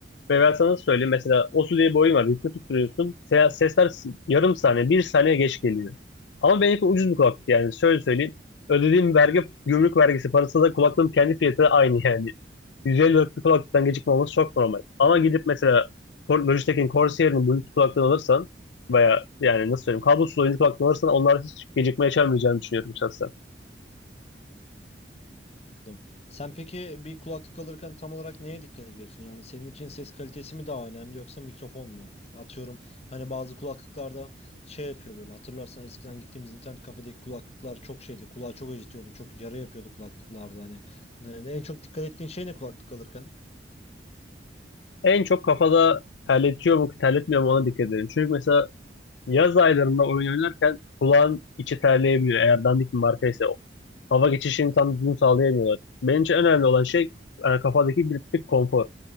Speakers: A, on the left; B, on the left.
A: Ve ben sana söyleyeyim mesela Osu diye bir oyun var. Rift'i tutturuyorsun. Se- Sesler s- yarım saniye, bir saniye geç geliyor. Ama benimki ucuz bir kulaklık yani. Şöyle söyleyeyim. Ödediğim vergi gümrük vergisi parası da kulaklığın kendi fiyatı da aynı yani. 150 liralık bir kulaklıktan gecikme olması çok normal. Ama gidip mesela Cor- Logitech'in Corsair'in Bluetooth kulaklığını alırsan veya yani nasıl söyleyeyim kablosuz oyuncu kulaklığını alırsan onlar hiç gecikme yaşamayacağını düşünüyorum şahsen.
B: Ha, anladım. Sen peki bir kulaklık alırken tam olarak neye dikkat ediyorsun? Yani senin için ses kalitesi mi daha önemli yoksa mikrofon mu? Atıyorum hani bazı kulaklıklarda şey yapıyor böyle hatırlarsan eskiden gittiğimiz internet kafedeki kulaklıklar çok şeydi. Kulağı çok acıtıyordu. Çok yara yapıyordu kulaklıklarda hani. Yani en çok dikkat ettiğin şey ne kulaklık alırken?
A: En çok kafada terletiyor mu terletmiyor mu ona dikkat edelim. Çünkü mesela Yaz aylarında oyun oynarken kulağın içi terleyebiliyor eğer dandik bir markaysa. O Hava geçişini tam düzgün sağlayamıyorlar. Bence en önemli olan şey e, kafadaki bir tık konfor.